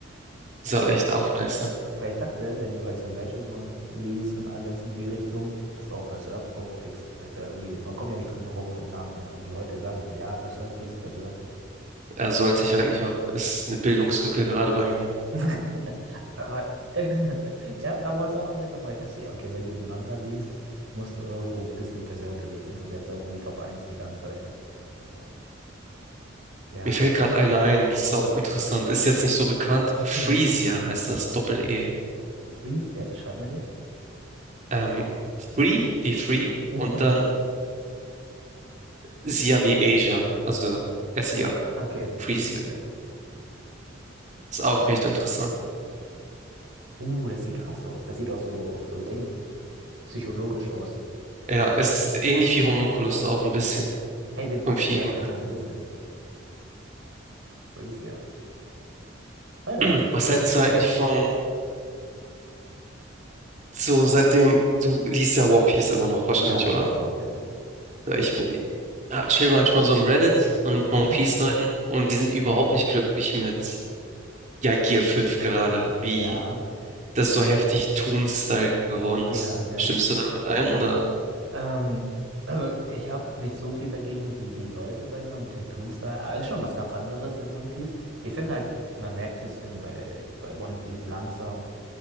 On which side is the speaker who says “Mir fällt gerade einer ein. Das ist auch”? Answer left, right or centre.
Right